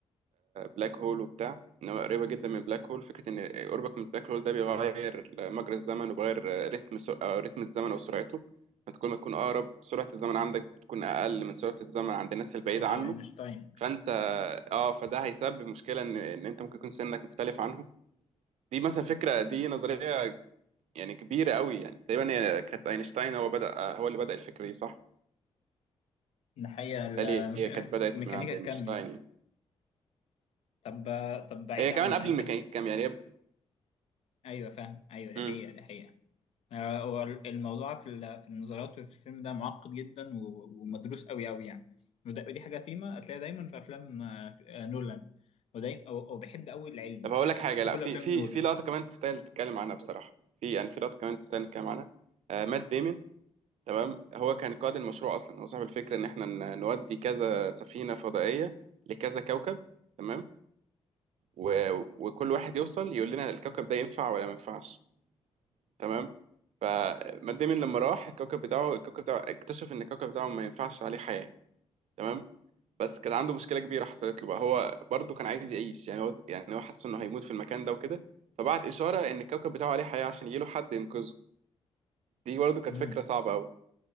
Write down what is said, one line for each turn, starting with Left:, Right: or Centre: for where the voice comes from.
Right: بلاك هول وبتاع ان هو قريبه جدا من بلاك هول فكره ان قربك من بلاك هول ده بيغير مجرى الزمن وبيغير رتم سو... أو رتم الزمن او سرعته فانت كل ما تكون اقرب سرعه الزمن عندك بتكون اقل من سرعه الزمن عند الناس البعيده
Left: ناحية
Right: عنه
Left: أينشتاين
Right: فانت اه فده هيسبب مشكله ان ان انت ممكن يكون سنك مختلف عنهم دي مثلا فكره دي نظريه يعني كبيره قوي يعني تقريبا هي كانت اينشتاين هو بدا آه، هو اللي بدا الفكره دي صح؟
Left: ناحية
Right: بالتالي
Left: ال-
Right: هي كانت بدات
Left: الميكانيكا
Right: من عند اينشتاين
Left: الكم دي
Right: يعني.
Left: طب طب بعيد
Right: هي
Left: عن
Right: كمان قبل
Left: انترست
Right: الميكانيكا الكم يعني هي-
Left: ايوه فاهم ايوه دي
Right: مم.
Left: حقيقه دي حقيقه آه، هو الموضوع في ال- في النظريات وفي الفيلم ده معقد جدا و- ومدروس قوي قوي يعني وده- ودي حاجه فيما هتلاقيها دايما في افلام آه، آه، نولان ودايما وبحب قوي العلم
Right: طب هقول
Left: يعني
Right: لك حاجه
Left: حتى
Right: لا
Left: كل
Right: في
Left: افلام
Right: في
Left: نولان
Right: في لقطه كمان تستاهل تتكلم عنها بصراحه في يعني في لقطه كمان تستاهل نتكلم عنها آه مات ديمن تمام هو كان قائد المشروع اصلا هو صاحب الفكره ان احنا ن- نودي كذا سفينه فضائيه لكذا كوكب تمام و... وكل واحد يوصل يقول لنا الكوكب ده ينفع ولا ما ينفعش تمام فمات ديمن لما راح الكوكب بتاعه الكوكب بتاعه اكتشف ان الكوكب بتاعه ما ينفعش عليه حياه تمام بس كان عنده مشكله كبيره حصلت له بقى هو برضه كان عايز يعيش يعني هو يعني هو حس انه هيموت في المكان ده وكده فبعت اشاره ان الكوكب بتاعه عليه حياه عشان يجيله حد ينقذه دي برضه كانت
Left: امم
Right: فكره صعبه قوي